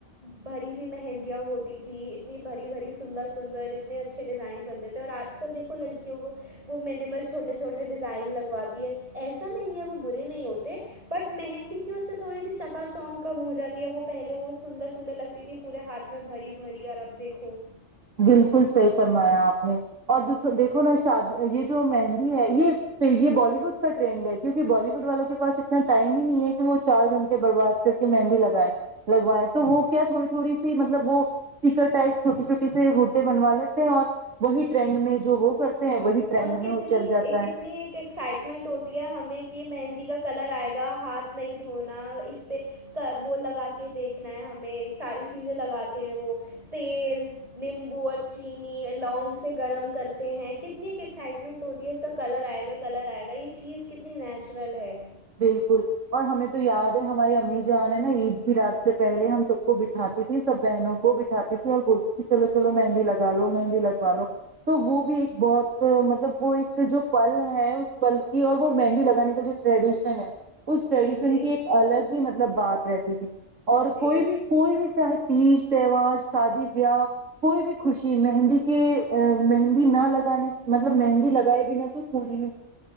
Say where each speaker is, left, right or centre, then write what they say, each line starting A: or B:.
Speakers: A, on the right (about 30°); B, on the right (about 80°).
A: بھری ہوئی مہندیاں ہوتی تھیں اتنی بھری بھری سندر سندر اتنے اچھے ڈیزائن بنتے تھے اور آج کل دیکھو لڑکیوں کو وہ میں نے چھوٹے چھوٹے ڈیزائن لگواتی ہے ایسا نہیں ہے وہ برے نہیں ہوتے بٹ مہندی کی اس سے تھوڑی سی چکا چک کم ہو جاتی ہے وہ پہلے وہ سندر سندر لگتی تھی پورے ہاتھ میں بری بھری اور اب دیکھو
B: بالکل صحیح فرمایا آپ نے اور د دیکھو نا شاد یہ جو مہندی ہے یہ یہ بالی ووڈ کا ٹرینڈ ہے کیونکہ بالی وڈ والوں کے پاس اتنا ٹائم ہی نہیں ہے کہ وہ چار گھنٹے برباد کر کے مہندی لگائےیں لگوائےیں تو وہ کیا تھوڑی تھوڑی سی مطلب وہ اسٹیکر ٹائپ چھوٹی چھوٹی سے روٹے بنوا لیتے ہیں اور وہی ٹرینڈ میں جو وہ کرتے ہیں وہی ٹرینڈ
A: اور
B: میں
A: کتنی
B: وہ چل جاتا
A: کتنی
B: ہے
A: ایک ایکسائٹ ٹ ہوتی ہے ہمیں کہ مہندی کا کلر آئے گا ہاتھ نہیں دھونا اس پہ وہ لگا کے دیکھنا ہے ہمیں ساری چیزیں لگاتے ہیں وہ تیل نیمبو اور چینی لونگ سے گرم کرتے ہیں کتنی ایکسائٹمنٹ ہوتی ہے اس کا کلر آئے گا کلر آئے گا یہ چیز کتنی نیچرل ہے
B: بالکل اور ہمیں تو یاد ہے ہماری امی جان ہے نا عید کی رات سے پہلے ہم سب کو بٹھاتی تھی سب بہنوں کو بٹھاتی تھی اور بولتی تھی چلو چلو مہندی لگا لو مہندی لگوا لو تو وہ بھی ایک بہت مطلب وہ ایک جو پل ہے اس پل کی اور وہ مہندی لگانے کا جو ٹریڈیشن س ہے اس ٹریڈیشن
A: جی
B: کی ایک الگ ہی مطلب بات رہتی تھی اور
A: جی
B: کوئی بھی کوئی بھی چاہے تیج تہوار شادی بیا کوئی بھی خوشی مہندی کے ا مہندی نہ لگانے مطلب مہندی لگائے بھی نہ تھ کوئی